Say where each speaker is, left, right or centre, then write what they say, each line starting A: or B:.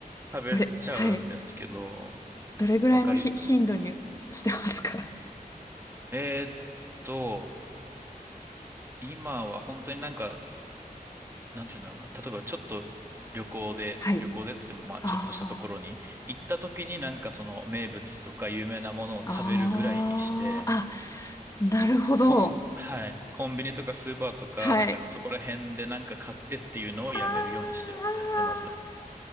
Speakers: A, on the right; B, on the left.
A: 食べちゃうんですけど、
B: どれ、はい。どれぐらいのひ頻度にしてますか
A: わかり。えーっと、今は本当になんかなんて言うんだろうな。例えばちょっと旅行で、
B: はい。
A: 旅行でっつってもまあちょっとしたところに行った時になんかその名物とか有名なものを食べるぐらいにして、
B: ああ、ああ、あ、なるほど。
A: コン、はい、コンビニとかスーパーとかなんかそこら辺でなんか買ってっていうのをやめるようにしてるんですよね、
B: はい。あーあー
A: まず。